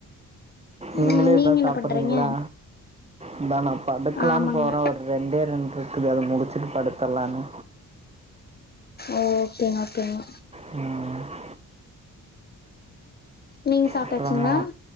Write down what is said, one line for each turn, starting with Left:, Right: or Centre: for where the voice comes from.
Right: நீங்களே
Left: ம் நீங்க
Right: இப்பதா
Left: என்ன
Right: சாப்பற்றீங்களா
Left: பண்றீங்க
Right: இந்தா நா படுக்கலான்னு
Left: ஆமாங்க
Right: போறே ஒரு ரெண்டே ரெண்ட்ருக்குது அது முடிச்சிட்டு படுத்தல்லான்னு
Left: ஓகேங்க ஓகேங்க
Right: ம்
Left: நீங்க சாப்ட்டாச்சுங்களா
Right: அப்றோங்க